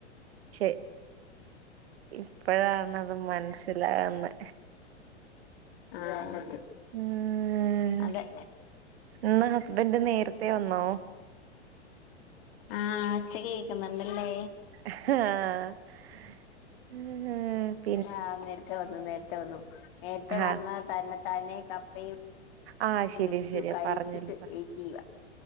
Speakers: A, on the right; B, on the left.
A: ശ ഇപ്പോഴാണത് മനസിലാവുന്നെ
B: ആഹ്
A: ഉം
B: അതെ
A: ഇന്ന് ഹസ്ബൻഡ് നേരത്തെ വന്നോ?
B: ആഹ് ഒച്ച കേക്കുന്നുണ്ടല്ലേ
A: ആഹ്
B: ആഹ് നേരത്തെ വന്നു നേരത്തെ വന്നു നേരത്തെ
A: ആഹ്
B: വന്ന് തന്നെ താനെ കപ്പയും
A: ആഹ് ശരിയാ
B: വെച്ചു
A: ശരിയാ
B: കഴിച്ചിട്ട്
A: പറഞ്ഞല്ലോ പറ
B: വെയിറ്റെയ്യുവാ